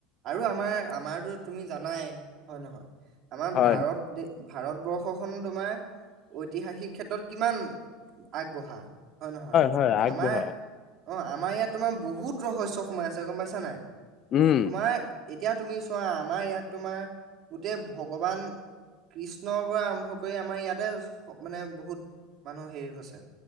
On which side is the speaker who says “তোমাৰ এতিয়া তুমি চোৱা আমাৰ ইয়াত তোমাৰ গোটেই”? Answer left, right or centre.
Right